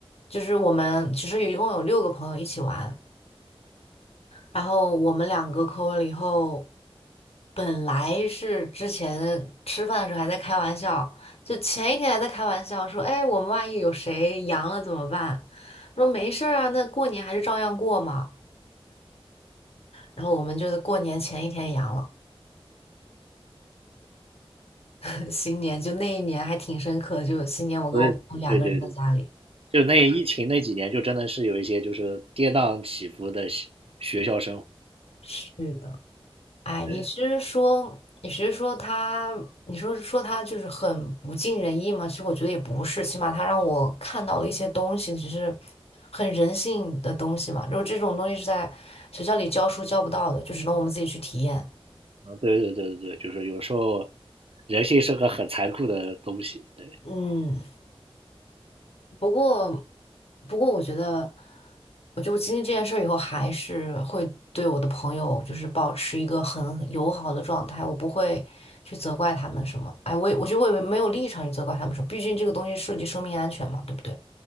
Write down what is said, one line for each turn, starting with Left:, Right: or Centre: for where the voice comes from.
Left: 就是我们其实一共有六个朋友一起玩，然后我们两个抠完了以后，本来是之前吃饭的时候还在开玩笑，就前一天还在开玩笑说，哎，我们万一有谁阳了怎么办？说没事儿啊，那过年还是照样过嘛。然后我们就是过年前一天阳了，<laughs> 新年就那一年还挺深刻的，就新年我跟我朋友两个人在家里。
Right: 所以对对对。就那疫情那几年，就真的是有一些就是跌宕起伏的学校生活。
Left: 是的。哎，
Right: 对，
Left: 你是说你是说他，你说说他就是很不尽人意吗？其实我觉得也不是，起码他让我看到了一些东西，只是很人性的东西嘛。就是这种东西是在学校里教书教不到的，就只能我们自己去体验。
Right: 啊，对对对对对，就是有时候人性是个很残酷的东西。对，
Left: 嗯，不过，不过我觉得，我就经历这件事儿以后，还是会对我的朋友就是保持一个很友好的状态，我不会去责怪他们什么。哎，我也我觉得我也没有立场去责怪他们什么，毕竟这个东西涉及生命安全嘛，对不对？